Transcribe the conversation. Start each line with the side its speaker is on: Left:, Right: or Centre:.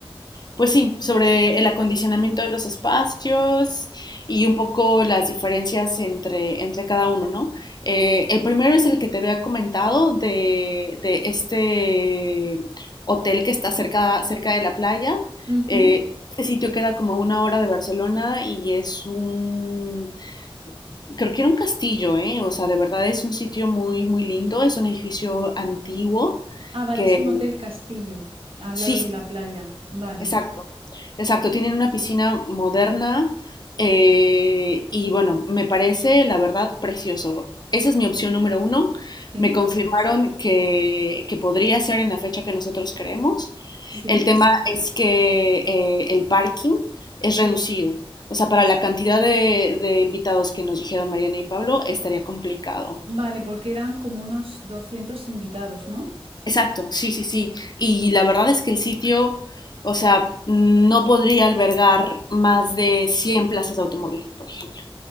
Left: pues sí, sobre el acondicionamiento de los espacios y un poco las diferencias entre, entre cada uno, ¿no? Eh, el primero es el que te había comentado de, de este hotel que está cerca, cerca de la playa.
Right: Ujú.
Left: Eh, este sitio queda como a una hora de Barcelona y es un, creo que era un castillo, ¿eh? O sea, de verdad es un sitio muy, muy lindo, es un edificio antiguo
Right: Ah, vale,
Left: que
Right: es un hotel castillo, al
Left: sí,
Right: lado
Left: sí,
Right: de la playa. Vale,
Left: Exacto, exacto. Tienen una piscina moderna eh, y bueno, me parece la verdad precioso. Esa es mi opción número uno.
Right: sí,
Left: Me confirmaron que, que podría ser en la fecha que nosotros queremos.
Right: sí,
Left: El tema es que eh, el parking es
Right: sí.
Left: reducido. O sea, para la cantidad de, de invitados que nos dijeron Mariana y Pablo, estaría complicado.
Right: Vale, porque eran como unos 200 invitados, ¿no?
Left: Exacto, sí, sí, sí. Y la verdad es que el sitio, o sea, no podría albergar más de 100 plazas de automóvil, por ejemplo.